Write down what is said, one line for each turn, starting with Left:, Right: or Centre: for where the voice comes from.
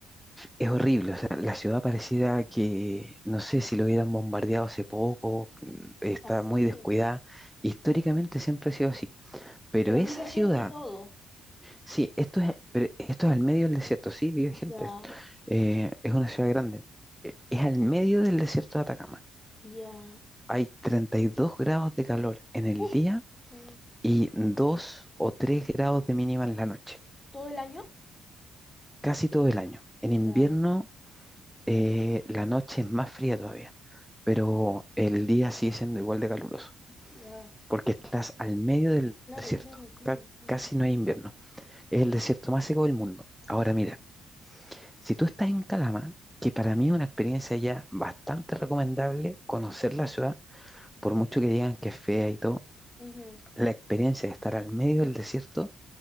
Centre: es horrible, o sea, la ciudad pareciera que, no sé si lo hubieran bombardeado hace poco, mm, está
Left: Así.
Centre: muy descuidada. Históricamente siempre ha sido así. Pero
Left: Pero
Centre: esa
Left: vive
Centre: ciudad,
Left: gente y todo.
Centre: sí, esto es, pero esto es al medio del desierto, sí, vive gente,
Left: Ya,
Centre: eh, es una ciudad grande, eh, es al medio del desierto de Atacama.
Left: ya.
Centre: Hay 32 grados de calor en el
Left: Uh,
Centre: día
Left: por favor.
Centre: y 2 o 3 grados de mínima en la noche.
Left: ¿Todo el año?
Centre: casi todo el año. En
Left: Ya,
Centre: invierno eh, la noche es más fría todavía, pero el día sigue siendo igual de caluroso,
Left: ya.
Centre: porque estás al medio del
Left: Claro,
Centre: desierto.
Left: claro, claro,
Centre: Ca-
Left: claro.
Centre: casi no hay invierno. Es el desierto más seco del mundo. Ahora
Left: Mm.
Centre: mira, si tú estás en Calama, que para mí es una experiencia ya bastante recomendable conocer la ciudad, por mucho que digan que es fea y todo,
Left: Ujú,
Centre: la experiencia de estar al medio del desierto